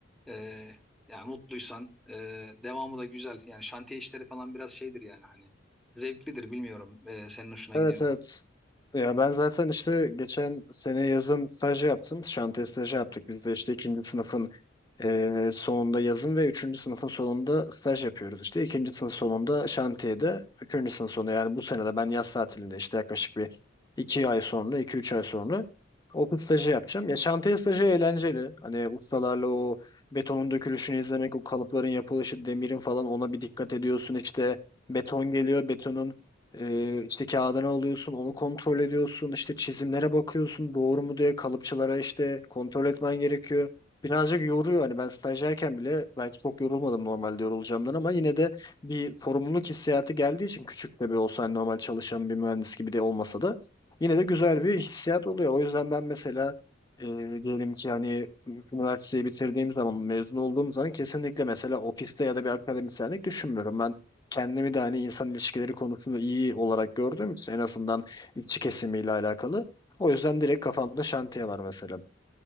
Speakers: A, in the centre; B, on the left.
A: ee, yani mutluysan e, devamı da güzel. Yani şantiye işleri falan biraz şeydir yani hani zevklidir bilmiyorum Ee, senin hoşuna
B: Evet
A: gidiyor
B: evet.
A: mu?
B: Ya ben zaten işte geçen sene yazın staj yaptım. Şantiye stajı yaptık. Biz de işte ikinci sınıfın ee, sonunda yazın ve üçüncü sınıfın sonunda staj yapıyoruz işte. 2. sınıf sonunda şantiyede. üçüncü sınıf sonu yani bu sene de ben yaz tatilinde işte yaklaşık bir iki ay sonra, 2 3 ay sonra okul stajı yapacağım. Ya şantiye stajı eğlenceli. Hani ustalarla o betonun dökülüşünü izlemek, o kalıpların yapılışı, demirin falan ona bir dikkat ediyorsun. İşte beton geliyor, betonun e, işte kağıdını alıyorsun, onu kontrol ediyorsun. İşte çizimlere bakıyorsun, doğru mu diye kalıpçılara işte kontrol etmen gerekiyor birazcık yoruyor. Hani ben stajyerken bile belki çok yorulmadım normalde yorulacağımdan ama yine de bir sorumluluk hissiyatı geldiği için küçük de bir olsa hani normal çalışan bir mühendis gibi de olmasa da yine de güzel bir hissiyat oluyor. O yüzden ben mesela e, diyelim ki hani üniversiteyi bitirdiğim zaman mezun olduğum zaman kesinlikle mesela ofiste ya da bir akademisyenlik düşünmüyorum. Ben kendimi de hani insan ilişkileri konusunda iyi olarak gördüğüm için en azından işçi kesimiyle alakalı. O yüzden direkt kafamda şantiye var mesela.